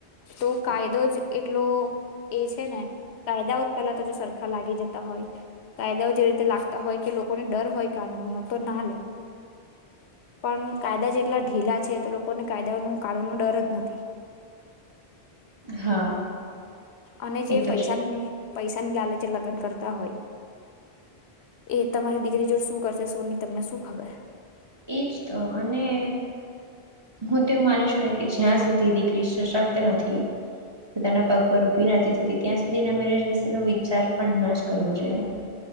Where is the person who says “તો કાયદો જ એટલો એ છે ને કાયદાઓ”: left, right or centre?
Left